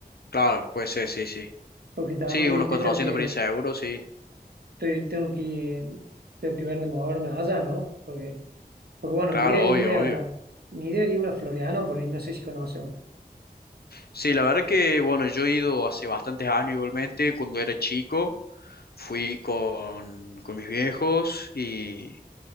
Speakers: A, on the left (about 70°); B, on the right (about 70°).
A: Claro, puede ser, sí, sí.
B: Porque también,
A: Sí, unos
B: viste,
A: 400
B: tengo que,
A: por ahí seguro, sí.
B: estoy- tengo que, tengo que ver de moverme allá, ¿no? Porque, porque bueno,
A: Claro,
B: mi idea es
A: obvio,
B: irme
A: obvio.
B: a, mi idea es irme a Florianópolis, no sé si conocen.
A: Sí, la verdad que, bueno, yo he ido hace bastantes años igualmente, cuando era chico, fui con, con mis viejos y,